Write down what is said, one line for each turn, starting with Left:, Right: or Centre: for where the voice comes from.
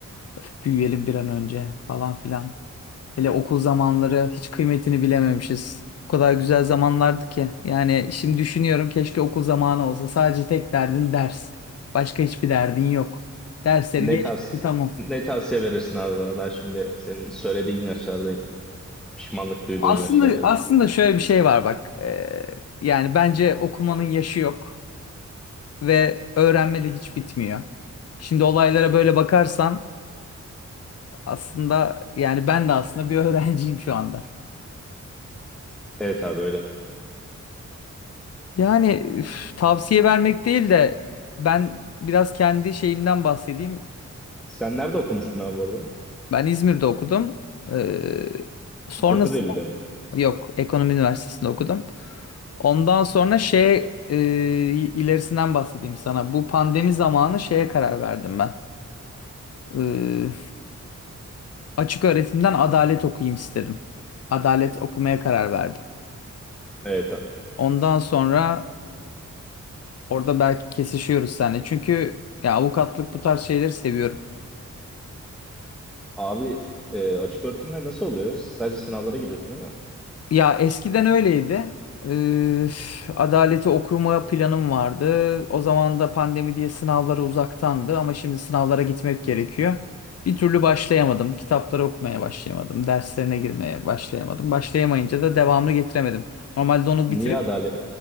Left: "Öf, büyüyelim bir an önce falan filan. Hele okul zamanları hiç kıymetini bilememişiz. O kadar güzel zamanlardı ki. Yani şimdi düşünüyorum keşke okul zamanı olsa. Sadece tek derdin ders. Başka hiçbir derdin yok. Dersleri
Centre: Ne
Left: geçti
Centre: tavs
Left: tamam.
Centre: ne tavsiye verirsin abi bana? Ben şimdi senin söylediğin yaşlardayım. Pişmanlık duyduğun
Left: Aslında
Centre: yaşlardayım.
Left: aslında şöyle bir şey var bak. Ee, yani bence okumanın yaşı yok. ve öğrenme de hiç bitmiyor. Şimdi olaylara böyle bakarsan aslında yani ben de aslında bir <laughs> öğrenciyim şu anda.
Centre: Evet abi öyle.
Left: Yani üf, tavsiye vermek değil de ben biraz kendi şeyimden bahsedeyim.
Centre: Sen nerede okumuştun abi bu arada?
Left: Ben İzmir'de okudum. Ee, sonrasında
Centre: 9 Eylül'de mi?
Left: yok Ekonomi Üniversitesi'nde okudum. Ondan sonra şey e, ilerisinden bahsedeyim sana. Bu pandemi zamanı şeye karar verdim ben. Ee, Açık öğretimden adalet okuyayım istedim. Adalet okumaya karar verdim.
Centre: Evet abi.
Left: Ondan sonra orada belki kesişiyoruz seninle. Çünkü ya avukatlık bu tarz şeyleri seviyorum.
Centre: Abi e, açık öğretimler nasıl oluyor? Sadece sınavlara giriyorsun değil mi?
Left: Ya eskiden öyleydi. Ee, adaleti okuma planım vardı. O zaman da pandemi diye sınavlara uzaktandı ama şimdi sınavlara gitmek gerekiyor. Bir türlü başlayamadım. Kitapları okumaya başlayamadım. Derslerine girmeye başlayamadım. Başlayamayınca da devamını getiremedim. Normalde onu bitirip
Centre: Niye adalet